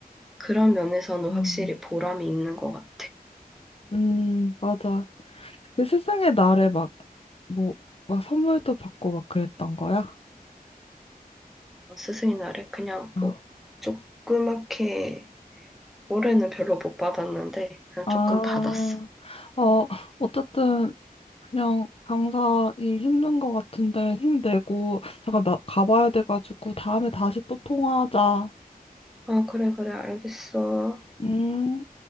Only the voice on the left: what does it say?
음,
음, 맞아. 그 스승의 날에 막, 뭐, 막 선물도 받고 막 그랬던 거야?
어.
아,
어, 어쨌든, 그냥 강사 일 힘든 거 같은데 힘내고, 잠깐 나 가봐야 돼가지고, 다음에 다시 또 통화하자.
음.